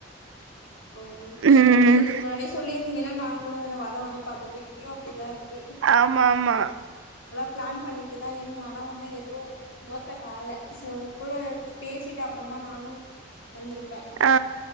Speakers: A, on the left; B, on the right.
A: ஓ
B: ம்
A: சரி ஓகே நீங்க முன்னாடியே சொல்லியிருந்தீங்கன்னா நாங் வர மாரி பாத்தப்போ இங்கயு அப்டிதா இருக்கு
B: ஆமா ஆமா
A: பிளான் பண்ணிட்டு தா இருந்தோ ஆனா ஒன்னும் எதுவு ஒர்க்ட் அவுட் ஆல உங்க கூட பேசிட்டு அப்புறமா நானும் வந்திருப்ப
B: ஆ